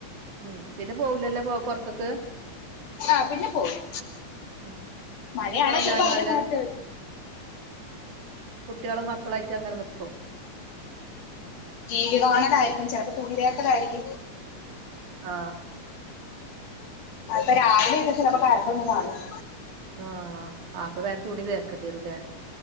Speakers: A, on the right; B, on the left.
A: ഉം പിന്നെ പോവൂലല്ലോ പൊറത്ത്ക്ക്
B: ആ പിന്നെ പോവില്ല
A: ഉം
B: മഴയാനെച്ച
A: പിന്നെ നിങ്ങളെല്ലാരും
B: ചിലപ്പോ അവിടെ
A: നല്ല
B: നേരത്തെ വരും
A: കുട്ടികളും മക്കളായിട്ടും അങ്ങനെ നിക്കും
B: ടി വി കാണലായിരിക്കും ചിലപ്പോ തുണിതേക്കലായിരിക്കും
A: ആ
B: അപ്പൊ രാവിലെയൊക്കെ ചിലപ്പോ കരണ്ടൊന്നും കാണൂല
A: ആ ആപ്പൊ വേഗം തുണി തേക്കണ്ടെരും ലെ